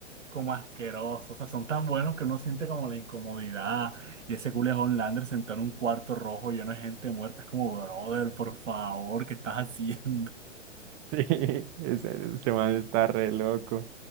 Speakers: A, on the right; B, on the right.
A: como asquerosos, o sea, son tan buenos que uno siente como la incomodidad. Y ese Julian Lander sentado en un cuarto rojo lleno de gente muerta, es como, brother, por favor, ¿qué estás haciendo? <laughs>
B: <laughs> Sí, ese, ese man está re loco.